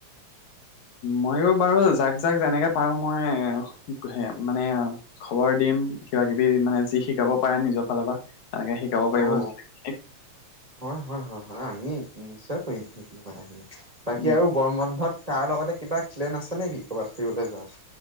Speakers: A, on the left; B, on the right.
A: মইও বাৰু যাক-যাক যেনেকে পাৰো, মই মানে খবৰ দিম কিবা-কিবি মানে যি শিকাব পাৰে নিজৰ ফালৰ পৰা। তেনেকে শিকাব পাৰিব
B: অ, অ,
A: ল'ৰা-ছোৱালীখিনিক।
B: হয়, হয়, হয়, হয়, আমি নিশ্চয় কৰিম সেইখিনি কথাখিনি বাকী
A: উম
B: আৰু গৰম বন্ধত তাৰ লগতে কিবা প্লেন আছে নেকি কৰ'ৰবাত ফুৰিবলৈ যোৱা?